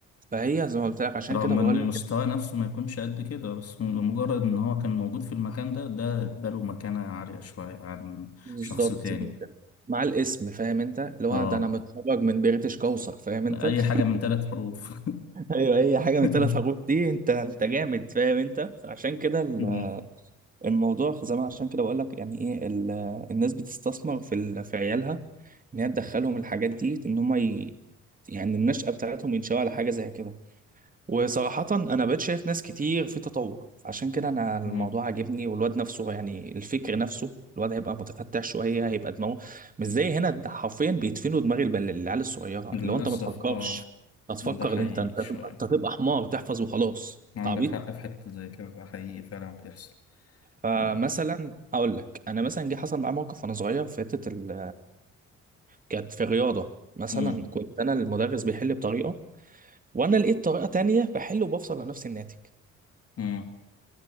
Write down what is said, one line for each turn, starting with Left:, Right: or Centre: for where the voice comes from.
Right: فهي زي ما قلت لك عشان
Left: رغم
Right: كده بقول
Left: ان
Right: لك
Left: مستواه نفسه ما يكونش قد كده بس مجرد ان هو كان موجود في المكان ده ده اداله مكانة عالية شوية عن
Right: بالظبط
Left: شخص تاني
Right: كده. مع الاسم فاهم انت اللي هو
Left: اه
Right: ده انا متخرج من بريتش كوثر فاهم انت
Left: اي
Right: <laughs>
Left: حاجة من ثلاث حروف
Right: ايوه اي حاجه من
Left: <laughs>
Right: الثلاث حروف دي انت انت جامد فاهم انت عشان كده ال-
Left: مم.
Right: الموضوع زي ما عشان كده بقول لك يعني ايه ال- الناس بتستثمر في ال- في عيالها ان هي تدخلهم الحاجات دي ان هم ي... يعني النشأة بتاعتهم ينشأوا على حاجه زي كده وصراحة أنا بقيت شايف ناس كتير في تطور عشان كده أنا الموضوع
Left: مم.
Right: عاجبني والواد نفسه يعني الفكر نفسه الواد هيبقى متفتح شوية هيبقى دماغه مش زي هنا ده حرفيا بيدفنوا دماغ البل- العيال الصغيرة
Left: للأسف
Right: اللي هو أنت ما تفكرش
Left: اه
Right: أنت تفكر
Left: ده حقيقي
Right: اللي أنت أنت
Left: شوية
Right: تبقى أنت تبقى حمار تحفظ وخلاص
Left: عندك
Right: أنت عبيط
Left: حق في حتة زي كده ده حقيقي فعلا بيحصل
Right: فمثلا
Left: آه.
Right: هقول لك أنا مثلا جه حصل معايا موقف وأنا صغير في حتة ال... كانت في الرياضة مثلا
Left: مم.
Right: كنت أنا المدرس بيحل بطريقة وأنا لقيت طريقة تانية بحل وبفصل لنفس الناتج
Left: مم.